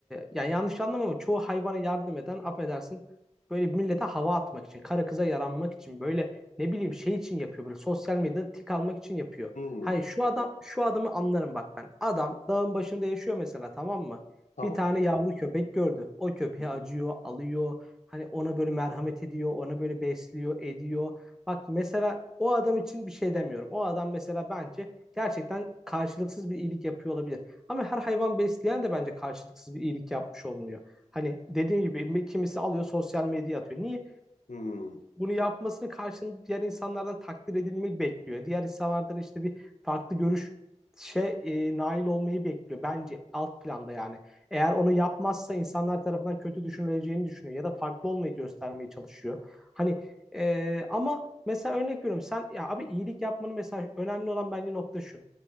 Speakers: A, in the centre; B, on the left.
A: yani yanlış anlama ama çoğu hayvana yardım eden affedersin böyle millete hava atmak için, kara kıza yaranmak için böyle ne bileyim şey için yapıyor böyle sosyal medyada tik almak için yapıyor.
B: Hmm,
A: Hani şu adam şu adamı anlarım bak ben. Adam dağın başında yaşıyor mesela tamam mı?
B: tamam.
A: Bir tane yavru köpek gördü. O köpeğe
B: Hı hı.
A: acıyor, alıyor. Hani ona böyle merhamet ediyor, ona böyle besliyor, ediyor. Bak mesela o adam için bir şey demiyorum. O adam mesela bence gerçekten karşılıksız bir iyilik yapıyor olabilir. Ama her hayvan besleyen de bence karşılıksız bir iyilik yapmış olunuyor. Hani dediğim gibi kimisi alıyor sosyal medyaya atıyor. Niye?
B: Hmm.
A: bunu yapmasını karşılığında diğer insanlardan takdir edilmek bekliyor. Diğer insanlardan işte bir farklı görüş şey e, nail olmayı bekliyor bence alt planda yani. Eğer onu yapmazsa insanlar tarafından kötü düşünüleceğini düşünüyor ya da farklı olmayı göstermeye çalışıyor. Hani e, ama mesela örnek veriyorum sen ya abi iyilik yapmanın mesela önemli olan bence nokta şu.